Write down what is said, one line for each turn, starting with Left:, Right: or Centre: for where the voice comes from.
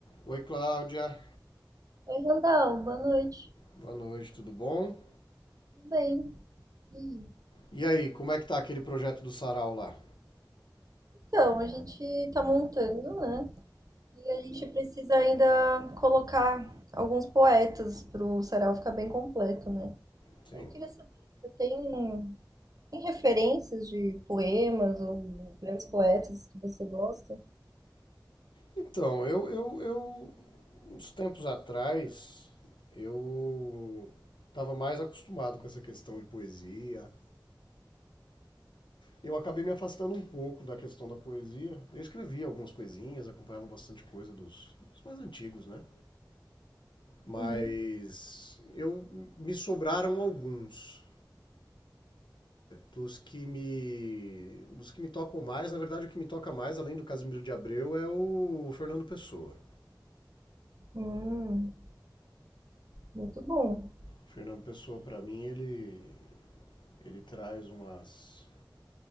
Left: Oi, Cláudia.
Right: Oi, Randall, boa noite.
Left: Boa noite, tudo bom?
Right: Tudo bem? E aí?
Left: E aí, como é que tá aquele projeto do Sarau lá?
Right: Então, a gente está montando, né? E a gente precisa ainda colocar alguns poetas para o sarau ficar bem completo, né?
Left: Sim.
Right: Eu queria saber, se você tem, tem referências de poemas ou grandes poetas que você gosta?
Left: Então, eu, eu, eu uns tempos atrás, eu estava mais acostumado com essa questão de poesia. Eu acabei me afastando um pouco da questão da poesia. Eu escrevia algumas coisinhas, acompanhava bastante coisa dos, dos mais antigos, né? Mas
Right: Uhum.
Left: eu me sobraram alguns. Dos que me. Dos que me tocam mais, na verdade o que me toca mais, além do Casimiro de Abreu, é o Fernando Pessoa.
Right: Hum, muito bom.
Left: O Fernando Pessoa, para mim, ele. ele traz umas.